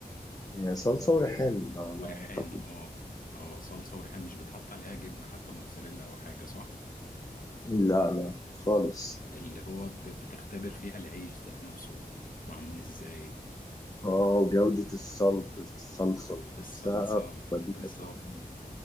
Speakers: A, on the left; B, on the left.
A: هي صلصة وريحان على
B: وريحان
A: ما أعتقد
B: اه اه صلصة وريحان مش بتحط عليها جبنة حتى موتزاريلا او حاجة صح
A: لا لا خالص
B: اللي هو ب- بتختبر فيها العيش ذات نفسه معمول ازاي
A: اه وجودة الصلصة الصلصة
B: الصلصة
A: نفسها بتوديك
B: بالظبط
A: حتة تانية